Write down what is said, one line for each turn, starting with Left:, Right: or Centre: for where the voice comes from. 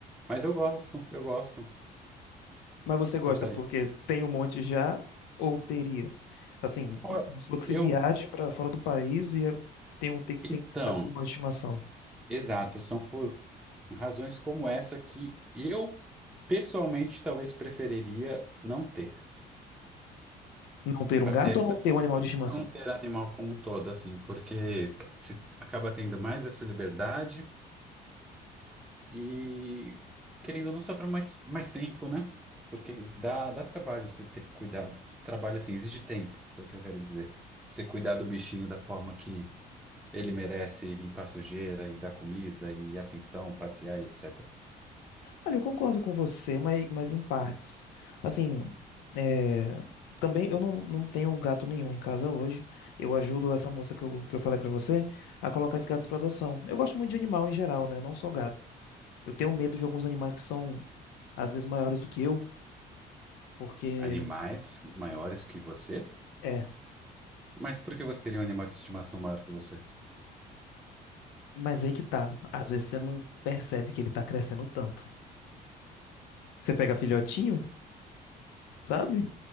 Centre: Mas eu gosto, eu gosto.
Left: Mas você
Centre: São
Left: gosta
Centre: care...
Left: porque tem um monte já ou teria? Assim,
Centre: Ó,
Left: se você
Centre: Eu,
Left: viaja para fora do país e é- tem um tem que
Centre: então,
Left: tem que estar com um animal de estimação.
Centre: exato, são por razões como essa que eu pessoalmente talvez preferiria não ter,
Left: Não ter
Centre: para
Left: um gato
Centre: ter
Left: ou
Centre: essa,
Left: não ter um animal de estimação?
Centre: não ter animal como um todo, assim, porque se acaba tendo mais essa liberdade e querendo ou não sobra mais, mais tempo, né? Porque dá, dá trabalho você ter que cuidar, trabalho assim, exige tempo, foi o que eu quero dizer. Você cuidar do bichinho da forma que Ele merece limpar sujeira e dar comida e atenção, passear e etc.
Left: Olha, eu concordo com você, mas, mas em partes. Assim, é, também eu não, não tenho um gato nenhum em casa hoje. Eu ajudo essa moça que eu, que eu falei pra você a colocar esses gatos pra adoção. Eu gosto muito de animal em geral, né? Não só gato. Eu tenho medo de alguns animais que são, às vezes, maiores do que eu, porque.
Centre: Animais maiores que você?
Left: É.
Centre: Mas por que você teria um animal de estimação maior que você?
Left: Mas aí que tá. Às vezes você não percebe que ele tá crescendo tanto. Você pega filhotinho, sabe?